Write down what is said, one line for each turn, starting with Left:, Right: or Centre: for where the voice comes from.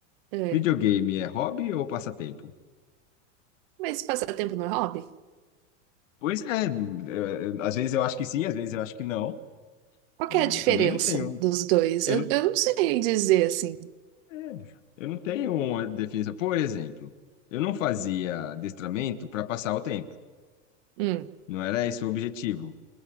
Right: é.
Left: Videogame é hobby ou passatempo?
Right: Mas passatempo não é hobby?
Left: Pois é, é, às vezes eu acho que sim, às vezes eu acho que não.
Right: Qual
Left: Eu
Right: que é a diferença
Left: também não tenho,
Right: dos dois?
Left: eu
Right: Eu,
Left: não,
Right: eu não sei dizer assim.
Left: é, eu não tenho uma definição. Por exemplo, eu não fazia adestramento para passar o tempo.
Right: Hum.
Left: Não era esse o objetivo.